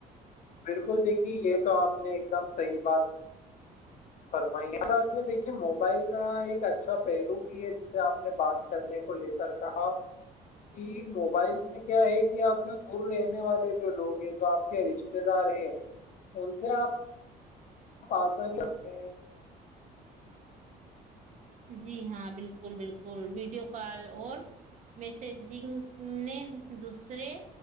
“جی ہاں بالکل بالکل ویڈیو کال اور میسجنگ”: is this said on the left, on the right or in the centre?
Right